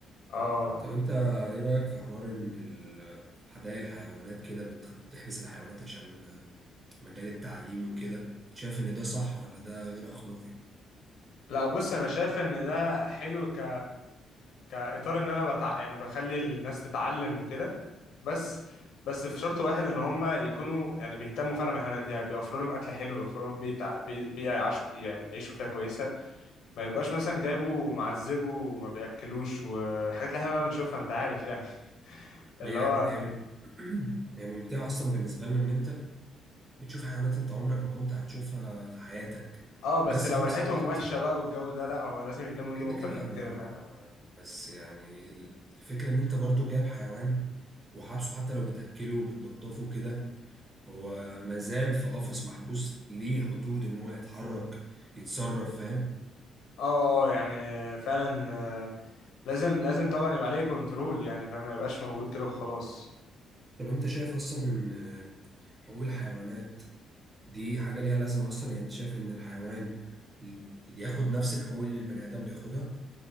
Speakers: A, on the left; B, on the right.
A: اه
B: طب أنت إيه رأيك في حوار إن ال- حدائق الحيوانات كده بت- بتحبس الحيوانات عشان مجال التعليم وكده شايف إن ده صح ولا ده غير أخلاقي؟
A: لا بص انا شايف ان ده حلو ك كاطار ان انا بتع... يعني بخلي الناس تتعلم وكده بس بس في شرط واحد ان هم يكونوا يعني بيهتموا فعلا بالحيوانات دي يعني بيوفروا لهم اكل حلو بيوفروا لهم بيئه بي- بيئة يعيشوا يعني يعيشوا فيها كويسه ما يبقاش مثلا جايبه ومعذبه وما بياكلوش والحاجات اللي احنا بقى بنشوفها انت عارف يعني <laughs> اللي
B: هي
A: هو
B: هي مم- <clears throat> هي ممتعة أصلا بالنسبة لنا إن أنت بتشوف حيوانات انت عمرك ما كنت هتشوفها في حياتك
A: اه بس
B: بس
A: لو
B: في نفس
A: ريحتهم
B: الوقت
A: وحشه بقى والجو ده لا هو لازم يهتموا بيهم
B: كده
A: اكتر
B: كده
A: من
B: آه،
A: كده فاهم
B: بس يعني ال- الفكرة ان انت برضو جايب حيوان وحابسه حتى لو بتأكله وبتنضفه كده هو مازال في قفص محبوس ليه حدود ان هو يتحرك يتصرف فاهم
A: اه آه، يعني فعلا لازم لازم طبعا يبقى عليه كنترول يعني فاهم ما يبقاش موجود كده وخلاص
B: طب انت شايف اصلا ان آه، حقوق الحيوانات دي حاجة ليها لازمة اصلا يعني انت شايف ان الحيوان اللي ياخد نفس الحقوق اللي البني آدم بياخدها